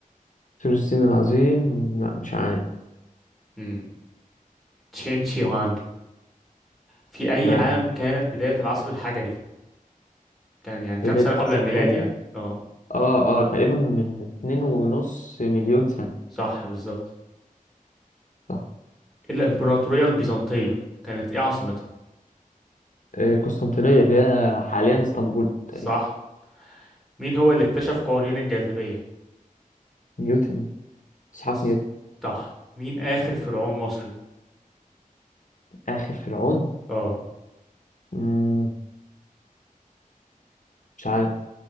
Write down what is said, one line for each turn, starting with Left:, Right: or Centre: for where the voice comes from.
Left: سور الصين العظيم لا مش عارف
Centre: مم. تشين شي هوانج في أي
Left: ما
Centre: عام كانت بداية العصر الحجري؟ كان يعني كام
Left: بداية
Centre: سنة قبل
Left: أصل
Centre: الميلاد
Left: حاجة
Centre: يعني؟
Left: دي
Centre: اه
Left: اه اه تقريبا من اتنين ونص مليون سنة
Centre: صح بالظبط
Left: صح
Centre: الإمبراطورية البيزنطية كانت إيه عاصمتها؟
Left: آه، القسطنطينية اللي هي حاليا اسطنبول تقريبا
Centre: صح مين هو اللي اكتشف قوانين الجاذبية؟
Left: نيوتن اسحاق
Centre: ص-
Left: نيوتن
Centre: صح مين آخر فرعون مصري؟
Left: آخر فرعون
Centre: اه
Left: مم، مش عارف